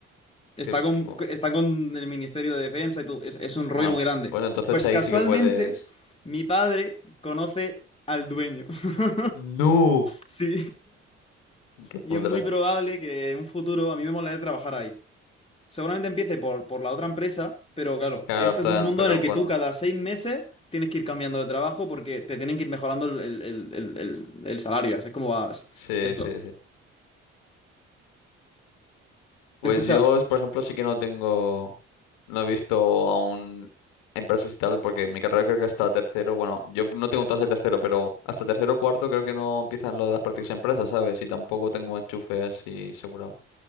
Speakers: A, on the left (about 15°); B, on the left (about 65°).
A: Está
B: Que-
A: con,
B: que-
A: está con el Ministerio de Defensa y todo. Es, es un
B: bueno,
A: rollo muy grande.
B: pues entonces
A: Pues
B: ahí
A: casualmente,
B: sí que puedes...
A: mi padre conoce al dueño. <laughs>
B: ¡No!
A: Sí.
B: ¡Qué pudra!
A: Y es muy probable que en un futuro a mí me molaría trabajar ahí. Seguramente empiece por, por la otra empresa, pero claro,
B: Claro,
A: esto
B: en plan,
A: es un mundo
B: pero
A: en el que
B: cuando...
A: tú cada seis meses tienes que ir cambiando de trabajo porque te tienen que ir mejorando el, el- el- el- el- el salario. Así es como vas
B: Sí,
A: esto.
B: sí, sí.
A: ¿Te
B: Pues
A: escucha?
B: yo, por ejemplo, sí que no tengo, no he visto aún empresas y tal, porque mi carrera creo que hasta tercero, bueno, yo no tengo todas de tercero, pero hasta tercero o cuarto creo que no empiezan lo de las prácticas de empresas, ¿sabes? Y tampoco tengo enchufe así asegurado.